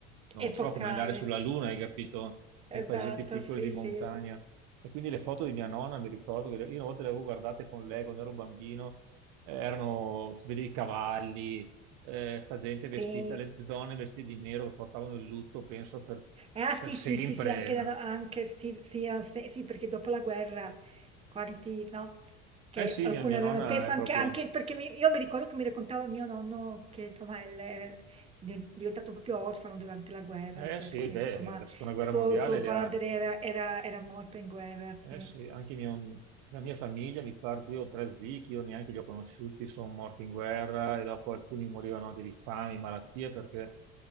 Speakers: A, on the right (about 65°); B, on the right (about 20°).
A: non lo
B: epocale,
A: so, come andare sulla Luna, hai capito? Nei
B: esatto,
A: paesetti piccoli
B: sì,
A: di
B: sì,
A: montagna. E quindi le foto di mia nonna, mi ricordo, che io una volta le avevo guardate con lei quando ero bambino, eh, erano, vedevi i cavalli, eh, sta gente vestita,
B: sì.
A: le donne vestite di nero che portavano il lutto, penso, per,
B: Eh, Ah
A: per
B: sì,
A: sempre.
B: sì, sì, sì, anche,
A: no?
B: da- anche sì, sì, ah, sì, sì, perché dopo la guerra, quanti, no? Che
A: Eh sì,
B: alcuni
A: mia, mia
B: avevano
A: nonna
B: perso
A: è proprio...
B: anche, anche perché mi- io mi ricordo che mi raccontava mio nonno che insomma è era diven- diventato proprio orfano durante la guerra
A: Eh
B: perché
A: sì, beh,
B: insomma
A: la seconda guerra
B: suo,
A: mondiale
B: suo
A: le
B: padre
A: ha...
B: era, era- era morto in guerra, sì,
A: Eh sì, anche mio- la mia famiglia, mi pare due o tre zii che io neanche li ho conosciuti, sono morti in guerra e dopo alcuni morivano anche di fame, malattie, perché